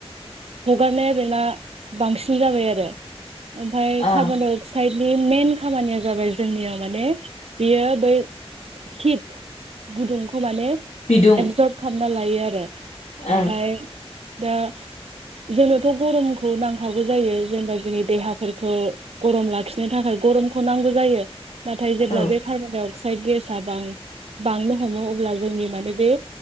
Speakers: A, on the right; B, on the left.
A: हगारनाया बेना बांसिन जाबाय आरो। ओमफ्राय
B: औ
A: कार्बन डाइ अक्साइडनि मेन खामानिया जाबाय जोंनियाव माने बियो बै हित गुदुंखौ माने
B: बिदुं
A: एबजर्ब खालामना लायो आरो ओमफाय
B: ओं
A: दा
B: <inaudible>
A: जोंनोथ' गरमखौ नांखाबौ जायो जेनेबा जोंनि देहाफोरखौ गरम लाखिनो थाखाय गरम बखनांगौ जायो नाथाय जेब्ला
B: औ
A: बे कार्बनडाइ अक्साइड गेस बां बांनो हमो अब्ला जोंनि माने बे